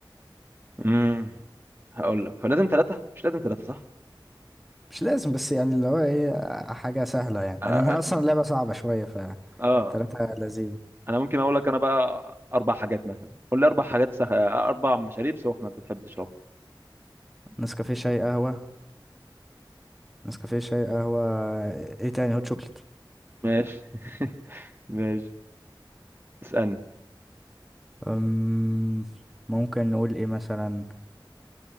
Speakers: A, on the right; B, in the centre.
A: امم هقول لك هو لازم ثلاثة مش لازم ثلاثة صح
B: مش لازم بس يعني اللي هو ايه آه، حاجة سهلة يعني
A: اه
B: لأنها أصلا لعبة صعبة شوية ف
A: آه.
B: تلاتة لذيذ
A: انا ممكن اقول لك انا بقى اربع حاجات مثلا قول لي اربع حاجات سخ... اربع مشاريب سخنة انت بتحب تشربها
B: نسكافيه شاي قهوة نسكافيه شاي قهوة ايه تاني هوت شوكليت
A: ماشي <laughs> ماشي اسألني
B: <laughs> أم، ممكن نقول ايه مثلا